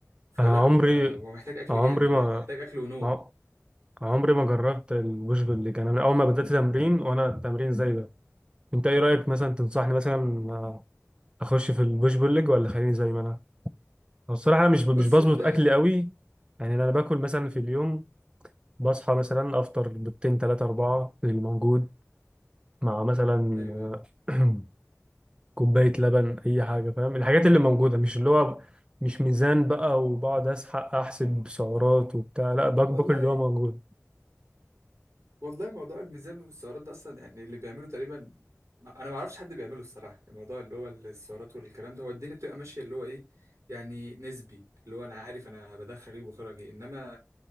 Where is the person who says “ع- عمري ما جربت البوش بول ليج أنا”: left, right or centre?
Right